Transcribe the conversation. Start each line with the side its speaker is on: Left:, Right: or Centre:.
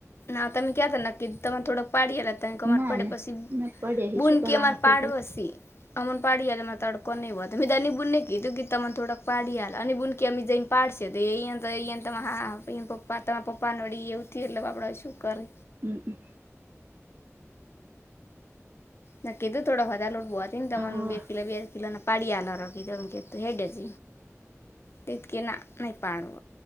Left: ના તમે ક્યા હતા નક્કી તમામેને થોડડાક પાડીયલા ત અમાર
Right: ના
Left: પડે
Right: ના
Left: પછી
Right: ના પડે હે
Left: બૂનકી
Right: શું કરવાનું
Left: અમાર
Right: ખોટું
Left: પાડવાછી અમન પાડી હાલેમાં તો્યારેડ ક કો નઈ ભ તો મીધા બુને ખીજું કી તમામન થોડાક પાડીાયલા અ અને બુનકી અમમે જન પાડશે તો એ હા એ પપ્પા તમારા પપ્પા નો એ ઉઠ એટલે આપડે શું કરે
Right: હમ હમ
Left: ના કીધું થોડો વધારેાર લોટ બો હતી ને તમને
Right: શું
Left: બે કિલો બે કિલો ને પાડી આનોખીધું કેું હેડે જ તિતકે ના નહી પાડવ